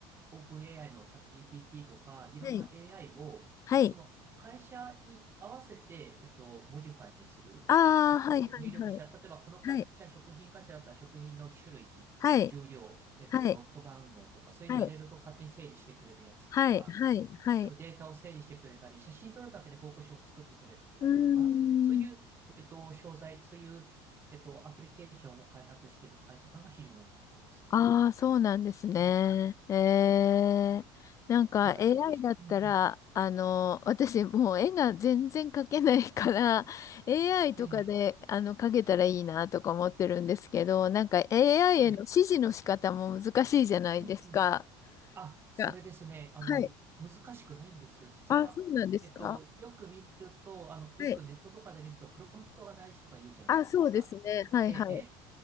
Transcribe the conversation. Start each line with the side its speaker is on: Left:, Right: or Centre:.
Right: オープン AI のチャット GPT とか、いろんな
Left: はい、
Right: AI を、
Left: はい
Right: まあ、その会社に合わせて、えっと、モジファイする。
Left: ああ、
Right: えっと、
Left: はい、はい、
Right: 入力した、
Left: はい、
Right: 例えばこの会社、
Left: はい、
Right: 食品会社だったら食品の種類、
Left: はい、
Right: 重量、えっと、
Left: はい、
Right: ロット番号とか、そういうのを入れると勝手に整理してくれるやつとか、
Left: はい、はい、はい、はい、
Right: 例えばデータを整理してくれたり、写真撮るだけで報告書を作ってくれたりとか、
Left: うーん。
Right: そういう、えっと、商材、そういう、えっと、アプリケーションを開発している会社さんが非常に多かったですね。
Left: ああ、そうなんですね。
Right: はい。
Left: ええ、なんか
Right: 私自身、
Left: AI だったら、
Right: うん
Left: あの、私もう絵が全然描けないから、AI とかで、
Right: ええ、
Left: あの、描けたらいいなとか思ってるんですけど、なんか AI
Right: ええ、
Left: への指示の仕方も難しいじゃないですか。
Right: うん、うん。あ、それですね。
Left: が
Right: あの、
Left: はい。
Right: 難しくないんですよ、実は。
Left: あ、そうなんですか。
Right: えっと、よく見ると、あの、よくネットとかで見ると、
Left: はい。
Right: プロンプトが大事とか言うじゃないですか。
Left: あ、そうですね。はいはい。
Right: ええ、ええ。